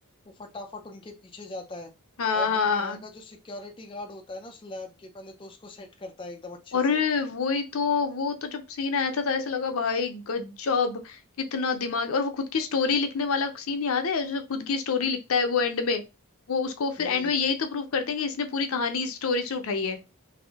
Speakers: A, on the left; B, on the left.
A: वो फटाफट उनके पीछे जाता है
B: हाँ
A: और वो वहां का जो सिक्योरिटी गार्ड होता है ना उस लैब के पहले तो उसको सेट करता है एकदम अच्छे
B: अरे
A: से
B: वही तो वो तो जब सीन आया था तो ऐसे लगा भाई गजब कितना दिमाग और वो खुद की स्टोरी लिखने वाला सीन याद है जो खुद की स्टोरी लिखता है वो एंड में वो उसको फिर
A: हम्म
B: एंड में यही तो प्रूव करते हैं कि इसने पूरी कहानी इस स्टोरी से उठाई है